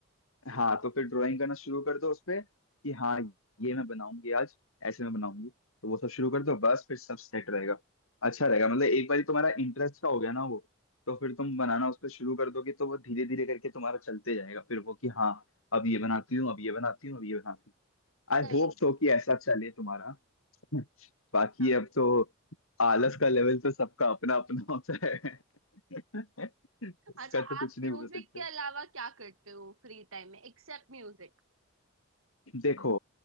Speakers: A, on the left; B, on the right.
A: हाँ तो फिर ड्राइंग करना शुरू कर दो उस पे कि हाँ ये मैं बनाऊंगी आज ऐसे मैं बनाऊंगी तो वो सब शुरू कर दो बस फिर सब सेट रहेगा अच्छा रहेगा मतलब एक बार तुम्हारा इंटरेस्ट का हो गया ना वो तो फिर तुम बनाना उस पर शुरू कर दोगे तो वो धीरे धीरे करके तुम्हारा चलते जाएगा फिर वो कि हाँ अब ये बनाती हूँ अब ये बनाती हूँ अब ये बनाती हूँ आई
B: सही
A: होप सो
B: है
A: कि ऐसा चले तुम्हारा <laughs> बाकी
B: हाँ
A: अब तो आलस का लेवल तो सबका अपना अपना होता है <laughs> उसका
B: अच्छा
A: तो कुछ
B: आप
A: नहीं
B: म्यूजिक
A: बोल सकते
B: के अलावा क्या करते हो फ्री टाइम में एक्सेप्ट म्यूजिक
A: देखो